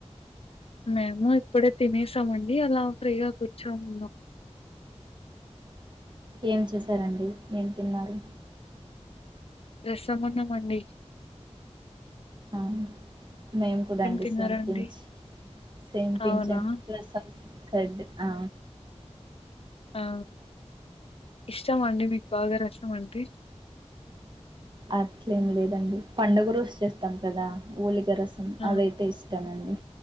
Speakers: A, on the left (about 55°); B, on the right (about 40°).
A: మేము ఇప్పుడే తినేసామండి అలా ఫ్రీగా కూర్చాము మాకు
B: ఏం చేశారండి ఏం తిన్నారు
A: రసముఆన్నామండి
B: ఆ మేము కూడా
A: తిన్నారండి
B: సేమపించ సేమపించండి
A: అవునా
B: రసం కార్డ్ ఆ
A: ఆ ఇష్టం అండి మీకు బాగా రసం అంటే
B: అట్లేం లేదండి పండుగ రోజు చేస్తాం కదా ఊలి క్క రసం
A: ఆ
B: అవి అయితే ఇష్టం అండి